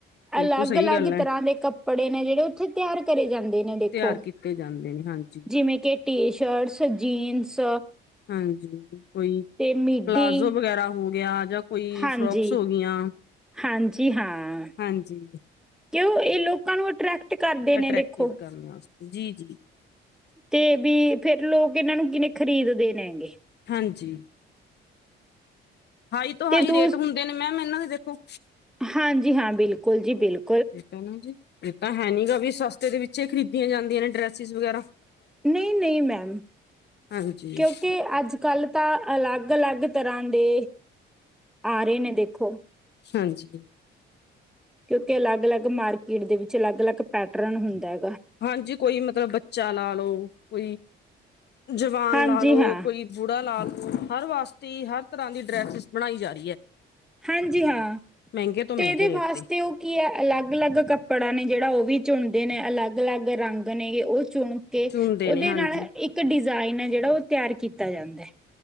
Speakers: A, on the left; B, in the centre.
A: ਬਿਲਕੁਲ
B: ਅਲੱਗ-ਅਲੱਗ
A: ਸਹੀ ਗੱਲ ਹੈ
B: ਤਰ੍ਹਾਂ ਦੇ ਕੱਪੜੇ ਨੇ ਜਿਹੜੇ ਉੱਥੇ ਤਿਆਰ ਕਰੇ ਜਾਂਦੇ ਨੇ ਦੇਖੋ
A: ਤਿਆਰ ਕੀਤੇ ਜਾਂਦੇ ਨੇ ਹਾਂਜੀ
B: ਜਿਵੇਂ ਕੀ ਟੀ ਸ਼ਰਟਸ, ਜੀਨਸ
A: ਹਾਂਜੀ ਕੋਈ
B: ਤੇ ਮਿੱਡੀ
A: ਪਲਾਜ਼ੋ ਵਗੈਰਾ ਹੋ ਗਿਆ। ਜਾਂ ਕੋਈ
B: ਹਾਂਜੀ
A: ਫਰੋਕਸ ਹੋ ਗਈਆਂ।
B: ਹਾਂਜੀ ਹਾਂ।
A: ਹਾਂਜੀ
B: ਕਿਉਂ ਇਹ ਲੋਕਾਂ ਨੂੰ ਅਟਰ੍ਰੈਕਟ ਕਰਦੇ ਨੇ।
A: ਅਟਰੈਕਟਿਵ
B: ਦੇਖੋ
A: ਕਰਨ ਵਾਸਤੇ ਜੀ- ਜੀ
B: ਤੇ ਵੀ ਫੇਰ ਲੋਕ ਇਹਨਾਂ ਨੂੰ ਕਿਵੇਂ ਖ਼ਰੀਦਦੇ ਨੇ ਹੈਗੇ?
A: ਹਾਂਜੀ। ਹਾਈ ਤੋਂ
B: ਤੇ
A: ਹਾਈ
B: ਦੂਸ
A: ਰੇਟ ਹੁੰਦੇ ਨੇ ਮੈਮ ਇਹਨਾਂ ਦੇ ਦੇਖੋ।
B: ਹਾਂਜੀ, ਹਾਂ, ਬਿਲਕੁਲ ਜੀ ਬਿਲਕੁਲ।
A: ਠੀਕ ਹੈ ਨਾ ਜੀ, ਇਹ ਤਾਂ ਹੈ ਨੀ ਗਾ ਵੀ ਸਸਤੇ ਦੇ ਵਿੱਚ ਖਰੀਦੀਆਂ ਜਾਂਦੀਆਂ ਨੇ ਡਰੈਸਿਸ ਵਗੈਰਾ।
B: ਨਹੀਂ-ਨਹੀਂ ਮੈਮ,
A: ਹਾਂਜੀ
B: ਕਿਉਂਕਿ ਅੱਜ ਕੱਲ ਤਾਂ ਅਲੱਗ ਅਲੱਗ -ਅਲੱਗ ਤਰ੍ਹਾਂ ਦੇ ਆ ਰੇ ਨੇ ਦੇਖੋ।
A: ਹਾਂਜੀ।
B: ਕਿਉਂਕਿ ਅਲੱਗ-ਅਲੱਗ ਮਾਰਕੀਟ ਦੇ ਵਿੱਚ ਅਲੱਗ- ਅਲੱਗ ਪੈਟਰਨ ਹੁੰਦੈ।
A: ਹਾਂਜੀ ਕੋਈ ਮਤਲਬ ਬੱਚਾ ਲਾ ਲਓ, ਕੋਈ ਜਵਾਨ
B: ਹਾਂਜੀ
A: ਲਾ ਲਓ,
B: ਹਾਂ
A: ਕੋਈ ਬੂੜਾ ਲਾ ਲਓ ਹਰ ਵਾਸਤੇ ਹਰ ਤਰ੍ਹਾਂ ਦੀ ਡਰੈਸਿਸ ਬਣਾਈ ਜਾ ਰੀ ।
B: ਹਾਂਜੀ, ਹਾਂ।
A: ਮਹਿੰਗੇ ਤੋਂ
B: ਤੇ
A: ਮਹਿੰਗੇ
B: ਇਹਦੇ
A: ਰੇਟ
B: ਵਾਸਤੇ
A: ਤੇ
B: ਉਹ ਕੀ ਹੈ ਅਲੱਗ -ਅਲੱਗ ਕੱਪੜਾ ਨੇ ਜਿਹੜਾ ਉਹ ਵੀ ਚੁਣਦੇ ਨੇ ਅਲੱਗ-ਅਲੱਗ ਰੰਗ ਨੇ ਉਹ ਚੁਣ ਕੇ
A: ਚੁਣਦੇ
B: ਉਹਦੇ
A: ਨੇ ਹਾਂਜੀ
B: ਨਾਲ ਇੱਕ ਡਿਜ਼ਾ ਡਿਜ਼ਾਇਨ ਏ ਜਿਹੜਾ ਉਹ ਤਿਆਰ ਕੀਤਾ ਜਾਂਦੈ।